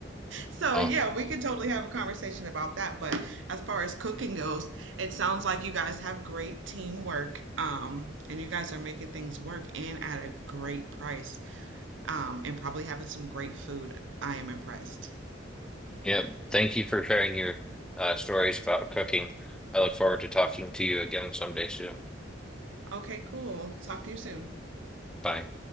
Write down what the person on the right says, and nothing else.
So
yeah, we could totally have a conversation about that. But as far as cooking goes, it sounds like you guys have great teamwork, um, and you guys are making things work and at a great price, um, and probably having some great food. I am impressed.
Okay, cool. Talk to you soon.